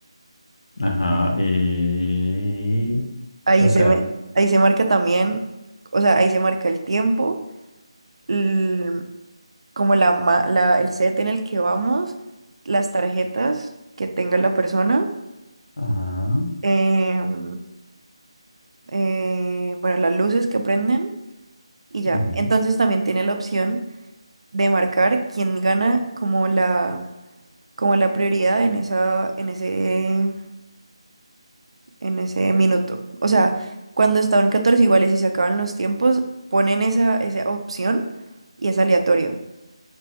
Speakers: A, on the left; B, on the right.
A: Ajá, y...
B: Ahí
A: O
B: se,
A: sea,
B: me- ahí se marca también, o sea, ahí se marca el tiempo, el- como la, ma- la, el set en el que vamos, las tarjetas que tenga la persona
A: ajá.
B: em, eh, bueno, las luces que prenden y ya.
A: ujú.
B: Entonces también tiene la opción de marcar quién gana como la, como la prioridad en esa, en ese, en ese minuto. O sea, cuando están 14 iguales y se acaban los tiempos, ponen esa, esa opción y es aleatorio.